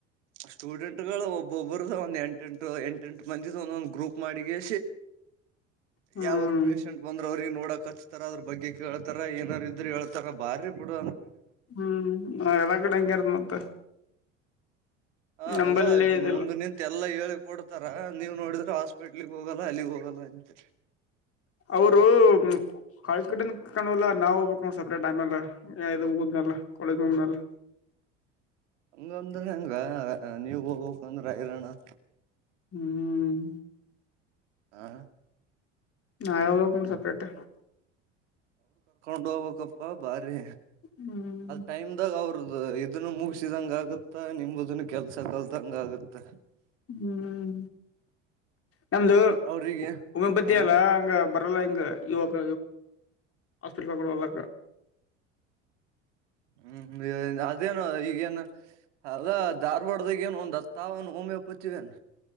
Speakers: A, on the right; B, on the left.
A: ಸ್ಟೂಡೆಂಟ್ ಗಳು ಒಬ್ಬೊಬ್ಬರು ಒಂದು ಎಂಟು ಂ ಎಂಟಟ್ ಬಂದ ಒಂದೊಂದ ಗ್ರೂಪ್ ಮಾಡಿಗ
B: ಹ್ಮ್
A: ಯಾವರ ಪೇಷೆಂಟ್ ಬಂದ್ರ ಅವರು ನೋಡಕ್ ಹಚ್ತಾರ ಅದ್ರ ಬಗ್ಗೆ ಕೇಳ್ತಾರ ಏನಾರ ಇದ್ರರು ಹೇಳ್ತಾರ ಬಾರಿ ಕೂಡ
B: ಹ್ಮ್ ಎಲ್ಲಾ ಕಡೆ ಹಂಗ್ಯಾರದ ಮತ್ತೆ
A: ಹ
B: ನಂಬಲ್ಲಿ
A: ಅಲ
B: ಇದೆಲ್ಲ
A: ಮುಂದ ನಿಂತೆ ಎಲ್ಲಾ ಹೇಳಿ ಕೊಡ್ತಾರ ನೀವು್ ನೋಡಿದ್ರೆ ಹಾಸ್ಪಿಟ್ಲಗ್ ಹೋಗಲ್ಲ ಅಲ್ಲಿಗ್ ಹೋಗಲ್ಲ ಅಂತ
B: ಅವರು ಕಾಲೇಜ್ ಕಡೆ ಕರ್ಕೊಂಡ್ ಹೋಗಲ್ಲ ನಾವ್ ಹೋಗ್ಬೇಕ್ ನೋಡ್ ಸಪ್ರೇಟ್ ಆಮ್ಯಾಲ ಇದು ಮುಗಿದ್ಮ್ಯಾಲ ಕಾಲೇಜ್ ಮುಗಿದ್ಮ್ಯಾಲ
A: ಹಂಗಂದ್ರೆ ಹಂಗ ನೀವ ಹೋಗ್ಕ್ಂದ್ರೆ ಹೈರಾಣ ಅ
B: ಹ್ಮ್
A: ಹಾ
B: ನಾ ಸೆಪರೇಟ್
A: ನ ಹಪ್ಪ ಬಾರಿ
B: ಹ್ಮ್
A: ಟೈಮ್ ದಾಗ ಅವ್ರ ಇದನ್ನು ಮುಗಸಿದಂಗ ಆಗುತ್ತಾ ನಿಂಬುದನ್ನು ಕೆಲ್ಸ ಕಲ್ತಂಗ ಆಗುತ್ತ
B: ಹ್ಮ್ ನಮ್ದು
A: ಅವ್ರಿಗೆ
B: ಉಮ್ಯೋಪತಿ
A: ಹ
B: ಅಲ್ಲ ಹಂಗ ಇತ್ರಲಯಂಗ ಯುವಕ ಆಸ್ಪಕಡಲ್ಲ
A: ಹ್ಮ್ ಅದೇನು ಈಗೇನು ಅದ ಧಾರ್ವಾಡ್ದಾಗ ಏನು ಒಂದ್ ಹತ್ತಾವ ಮಮ್ಮೆ ಪಚಿವನ್